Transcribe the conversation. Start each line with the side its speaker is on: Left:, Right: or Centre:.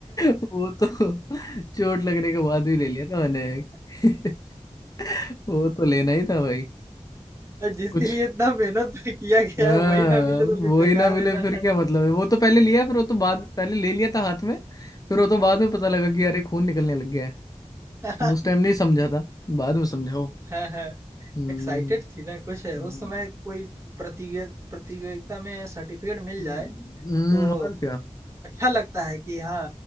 Left: <laughs> वो तो चोट लगने के बाद भी ले लिया था मैंने
Right: <laughs>
Left: <laughs> वो तो लेना ही था भाई
Right: जिसके
Left: कुछ
Right: लिए इतना मेहनत किया गया
Left: हाँ
Right: है वही ना मिले तो फिर
Left: वो
Right: बेकार
Left: ही ना मिले
Right: है ना।
Left: फिर क्या मतलब है वो तो पहले लिया फिर वो तो बाद पहले ले लिया था हाथ में फिर वो तो बाद में पता लगा कि अरे खून निकलने लग गया है
Right: हाँ,
Left: उस टाइम नहीं समझा था बाद में समझाओ
Right: हाँ।
Left: हम्म
Right: एक्साइटेड थी ना कुछ है
Left: हम्म
Right: उस समय कोई प्रतियोगिता प्रतियोगिता में सर्टिफिकेट मिल
Left: हम्म,
Right: जाए तो
Left: और क्या
Right: अच्छा लगता है कि हाँ